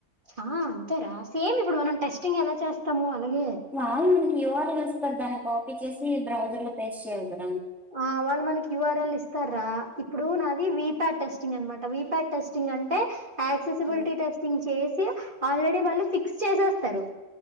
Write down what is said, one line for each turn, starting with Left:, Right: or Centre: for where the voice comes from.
Right: ఆ అంతేరా సేమ్ ఇప్పుడు మనం టెస్టింగ్ ఎలా చేస్తాము. అలాగే
Centre: వాళ్ళు మనకి ఎవరు తెలుస్తందానికో పిచేసి బ్రౌజర్ లో పేస్ చేయాలి మామ్
Right: ఆ వాళ్ళ మనకి ఇవారాల్ ఇస్తార ఇప్పుడు నాది వి ప్యాడ్ టెస్టింగ్ అనమాట వి ప్యాడ్ టెస్టింగ్ అంటే యాక్సెసిబిలిటీ
Centre: హ్మ్.
Right: టెస్టింగ్ చేస్ సి ఆల్రెడీ వాళ్ళు ఫిక్స్ చేసేస్తారు